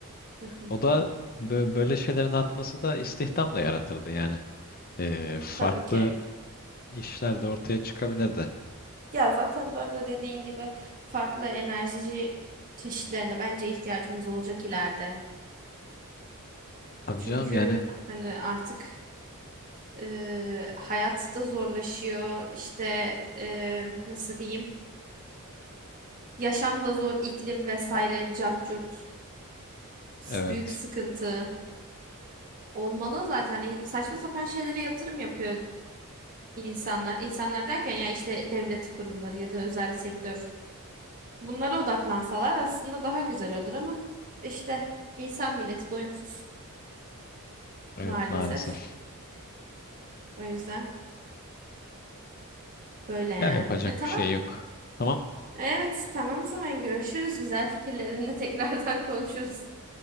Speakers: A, on the right; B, on the left.
A: Hı hı.
B: O da bö- böyle şeylerin artması da istihdam da yaratırdı yani. Ee, farklı
A: Tabii ki.
B: işler de ortaya çıkabilirdi.
A: Ya zaten bu arada dediğin gibi farklı enerji çeşitlerine bence ihtiyacımız olacak ileride.
B: Tabii
A: Çünkü
B: canım yani
A: hani artık e, hayat da zorlaşıyor. İşte e, nasıl diyeyim? Yaşam da zor, iklim vesaire, cart curt, s-
B: evet.
A: büyük sıkıntı olmalı zaten. E, Saçma sapan şeylere yatırım yapıyor insanlar. İnsanlar derken yani işte devlet kurumları ya da özel sektör. Bunlara odaklansalar aslında daha güzel olur ama işte insan milleti doyumsuz
B: Evet
A: maalesef.
B: maalesef.
A: O yüzden böyle yani.
B: Ya yapacak
A: E tamam.
B: bir şey yok. Tamam.
A: Evet tamam o zaman görüşürüz. Güzel fikirlerinle <laughs> tekrardan konuşuruz.